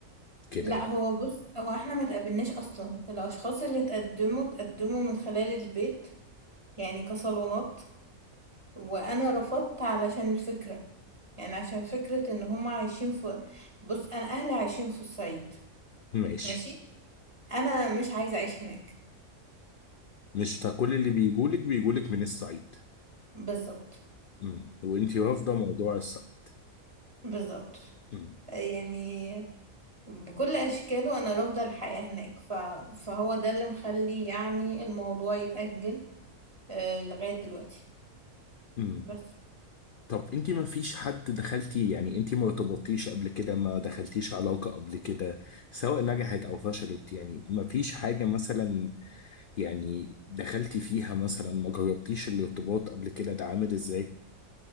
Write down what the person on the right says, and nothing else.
لا
هو بص هو احنا ما تقابلناش اصلا الاشخاص اللي تقدموا تقدموا من خلال البيت يعني كصالونات وانا رفضت علشان الفكرة يعني عشان فكرة ان هم عايشين في بص انا اهلي عايشين في الصعيد
ماشي انا مش عايزة اعيش هناك
بالظبط
بالظبط
يعني بكل أشكاله أنا رافضة الحياة هناك ف... فهو ده اللي مخلي يعني الموضوع يتأجل آه، لغاية دلوقتي
بس